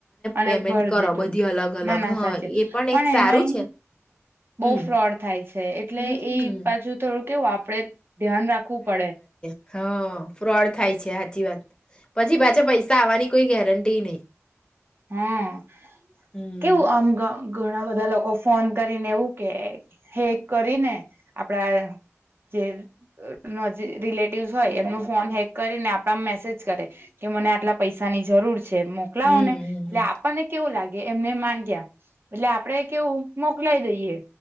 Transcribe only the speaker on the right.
અને
ભર
દીધું.
ના, ના,
સાચે,
પણ
એમાંય
બહુ
ફ્રોડ થાય છે, એટલે
એ બાજુ થોડુંક. કેવું, આપડે. ધ્યાન રાખવું પડે.
હમ,
કેવું આમ. ઘણા બધા લોકો ફોન કરીને એવું કહે, કે કરીને આપડા જેજી રિલેટિવસ હોય એમનો ફોન હેક કરીને આપડા મેસેજ કરે કે, મને આટલા પૈસાની જરૂર છે. છે, મોકલાઓ
ને. એટલે,
આપણને કેવું લાગે? એમને માંગ્યા, એટલે આપડે કેવું, મોકલાય દઈએ?